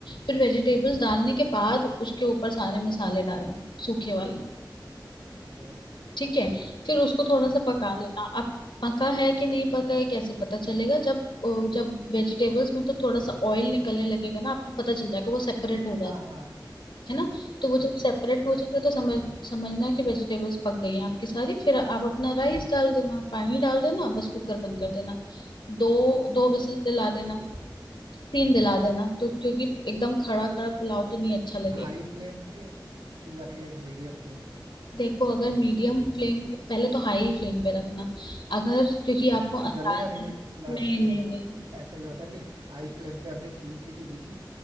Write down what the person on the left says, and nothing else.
फिर वेजिटेबल्स डालने के बाद उसके ऊपर सारे मसाले डालना सूखे वाले
ठीक है फिर उसको थोड़ा सा पका
लेना अब पका है कि नहीं पका है कैसे पता चलेगा जब ओ, जब वेजिटेबल्स में तो थोड़ा सा ऑयल निकलने लगेगा ना आपको पता चल जाएगा वो सेपरेट हो रहा
है
है ना तो वो
जब
सेपरेट हो
जाएगा तो समझ समझना कि वेजिटेबल्स पक गई हैं आपकी सारी फिर आप अपना राइस डाल देना पानी डाल देना बस कुकर बंद कर देना दो दो विसल
दिला देना तीन दिला देना तो क्योंकि एकदम खड़ा खड़ा पुलाव तो नहीं अच्छा लगेगा
देखो अगर मीडियम फ्लेम पहले तो हाई फ्लेम पे रखना अगर क्योंकि आपको
आसान
है
नहीं
नहीं
नहीं